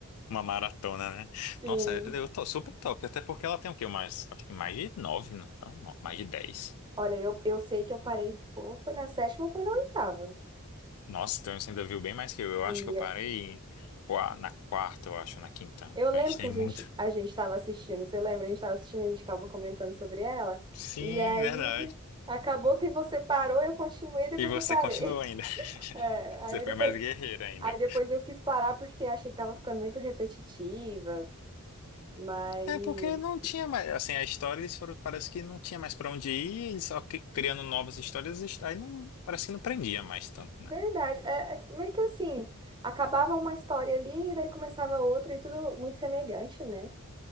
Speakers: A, on the left; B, on the right.
A: Uma maratona, né?
B: <laughs> Sim.
A: Nossa, eu tô super top. Até porque ela tem o quê? Mais, acho que mais de nove, né? Não, não, mais de dez.
B: Olha, eu, eu sei que eu parei, ou foi na sétima ou foi na oitava.
A: Nossa, então você ainda viu bem mais que eu. Eu
B: Liga.
A: acho que eu parei qua- na quarta, eu acho, na quinta.
B: Eu lembro
A: A gente tem
B: que a gente
A: muito.
B: a gente estava assistindo, você lembra? A gente estava assistindo, a gente ficava comentando sobre ela.
A: Sim,
B: E aí
A: verdade.
B: acabou que você parou, eu continuei, depois
A: E você
B: eu parei.
A: continua ainda.
B: <laughs>
A: <laughs>
B: É, aí
A: Você foi
B: depois
A: mais guerreira ainda.
B: aí depois eu quis parar porque achei que tava ficando muito repetitiva, mas
A: É porque não tinha mais, assim, a história eles foram, parece que não tinha mais pra onde ir, eles só cri- criando novas histórias, aí não, parece que não prendia mais tanto, né?
B: verdade, é, é meio que assim, acabava uma história ali e daí começava outra e tudo muito semelhante, né?